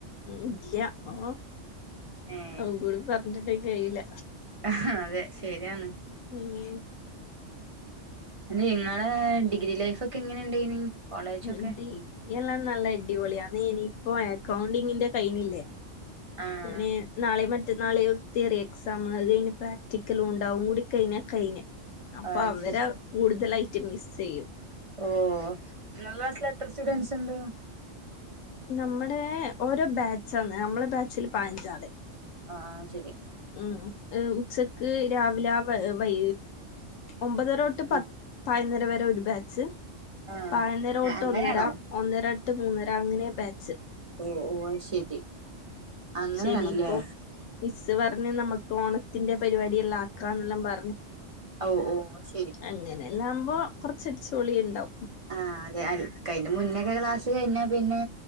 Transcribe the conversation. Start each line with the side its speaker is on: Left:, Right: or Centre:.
Left: ഉം ഇല്യ ഓ
Right: ഏഹ്
Left: അതും കൂടി പറഞ്ഞിട്ടുണ്ടേ കഴിയില്ല
Right: ആഹാ അതെ ശരിയാണ്
Left: ഉം
Right: ഉം നിങ്ങളെ ഡിഗ്രി ലൈഫ് ഒക്കെ എങ്ങനെ ഉണ്ടായിനി കോളേജൊക്കെ
Left: ഉ ഡിഗ്രി എല്ലാം നല്ല അടിപൊളിയാന്ന് ഇനിയിപ്പോ അക്കൗണ്ടിങ്ങിന്റെ കൈഞ്ഞില്ലേ
Right: ആഹ്
Left: ഇനി നാളീം മറ്റന്നാളീം തിയറി എക്സാമ് അത് കഴിഞ്ഞ് പ്രാക് ടിക്കലും ഉണ്ടാവും അതും കൂടി കഴിഞ്ഞാ കഴിഞ്ഞ് അപ്പൊ
Right: ആഹ്
Left: അവരെ
Right: ശരി
Left: കൂടുതലായിട്ട് മിസ് ചെയ്യും
Right: ഓ ഇങ്ങളെ ക്ലാസ്സില് എത്ര സ്റ്റുഡന്റ്സ് ഉണ്ട്
Left: നമ്മുടെ ഓരോ ബാച്ചാന്ന് നമ്മളെ ബാച്ചില് പയിനഞ്ചാള്
Right: ആഹ് ശരി
Left: ഉം ഉച്ചക്ക് രാവിലെ വൈ ഒമ്പതര തൊട്ട് പ
Right: ആഹ്
Left: പതിനൊന്നര വരെ ഒരു ബാച്ച്
Right: ആഹ്
Left: പയ്ന്നര തൊട്ട്
Right: അങ്ങനെയാണോ
Left: ഒന്നര ഒന്നര റ്റു മൂന്നര അങ്ങനെയാ ബാച്ച്
Right: ഓ ഓ അയ്ശരി അങ്ങനെയാണല്ലേ
Left: ശനി ഇപ്പം മിസ്സ് പറഞ്ഞ് നമുക്ക് ഓണത്തിന്റെ പരിപാടി എല്ലാം ആക്കാംന്നെല്ലാം പറഞ്ഞു
Right: ഓ ഓ ശെരി
Left: അങ്ങനെല്ലാകുമ്പോ കൊറച്ചടിച്ച്പൊളി ഉണ്ടാവും
Right: ആഹ് അതെ അൽ കയിന്റെ മുന്നേക്കാ ക്ലാസ് കഴിഞ്ഞാ പിന്നെ